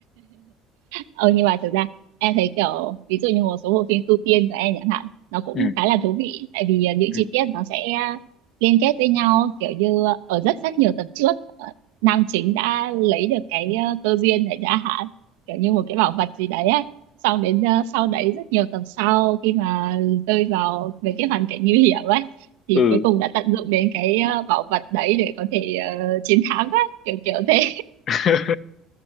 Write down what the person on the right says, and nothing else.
ờ nhưng mà thực ra em thấy kiểu ví dụ như một số bộ phim tu tiên của em chẳng hạn nó cũng
khá là thú vị tại vì ờ, những
chi tiết nó sẽ ờ, liên kết với nhau kiểu như ờ, ở rất rất nhiều tập trước ờ, nam chính đã lấy được cái ờ, cơ duyên để đã hạn kiểu như một cái bảo vật gì đấy á xong đến ờ, sau đấy rất nhiều tập sau khi mà rơi vào về cái hoàn cảnh nguy hiểm ấy thì
cuối cùng đã tận dụng đến cái ờ, bảo vật đấy để có thể ờ, chiến thắng á kiểu kiểu thế